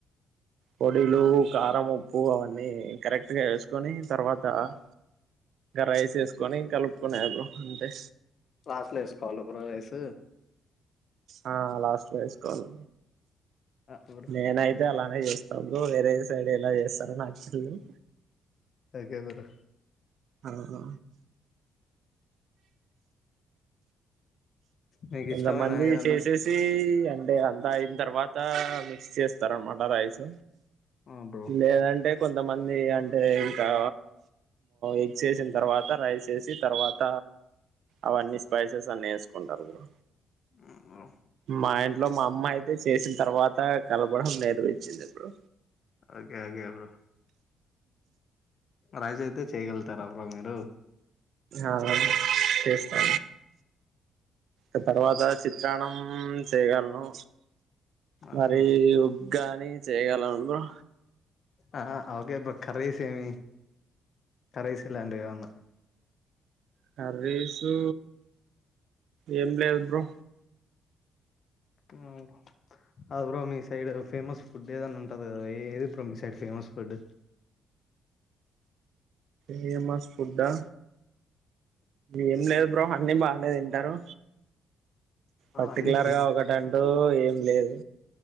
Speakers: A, on the right; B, on the left.
A: పొడిలు కారం ఉప్పు అవన్నీ కరెక్ట్. గా వేసుకొని తర్వాత ఆహ్ రైస్ వేసుకొని కలుపు. కునేది బ్రో అంతే.
B: లాస్ట్ లో వేసుకోవాలి బ్రో రైస్
A: ఆహ్ లాస్ట్ వేసుకోవాలి
B: ఆ బ్రో
A: నేనైతే అలానే చేస్తా. స్త బ్రో వేరే సైడ్ ఎలా చేస్తారో నాకు తెల్వదు.
B: గెవరు.
A: ఆహా.
B: మీకు
A: కొంతమంది
B: ఇష్టమైన ఏదన్నా
A: చేసేసీ. అంటే అంతా అయిన తర్వాత మిక్స్ చేస్తారనమాట రైస్.
B: ఆ బ్రో
A: లేదంటే. కొంతమంది అంటే ఇంకా ఎగ్స్ వేసిన తర్వాత రైస్ వేసి తర్వాత. అవన్నీ స్పైసెస్ అన్ని వేసుకుంటారు బ్రో.
B: ఉమ్.
A: మా ఇంట్లో మా అమ్మ అయితే చేసిన తర్వాత కలపడం నేర్వించింది bro.
B: Okay okay bro rice అయితే చేయ్యగల. తార బ్రో మీరు
A: ఆ చేస్తా ఆ తర్వాత చిత్రాన్నం చేయగలను
B: ఆ
A: మరి
B: బ్రో
A: ఉగ్గానీ చేయగలన్ బ్రో
B: ఆ ఓకే బ్రో కర్రీస్ ఏమి కర్రీస్ ఇలాంటివి ఏమన్నా
A: కర్రీసు ఏం లేదు బ్రో.
B: ఉమ్. ఆహ్ బ్రో మీ సైడ్ ఫేమస్ ఫుడ్ ఏదన్నా ఉంటది కద ఎ ఎది బ్రో మీ సైడ్ ఫేమస్ ఫుడ్.
A: ఫేమస్ ఫుడా. ఏం లేదు బ్రో అన్ని బానే తింటారు
B: ఆ,
A: పర్టికులర్
B: అన్ని
A: గా ఒకటంటూ ఏం లేదు